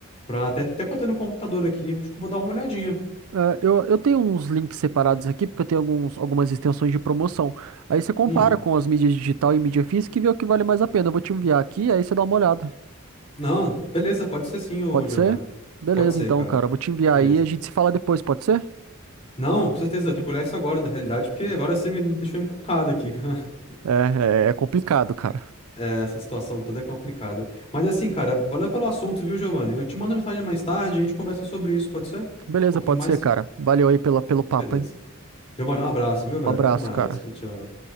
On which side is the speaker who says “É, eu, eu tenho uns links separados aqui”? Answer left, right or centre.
Right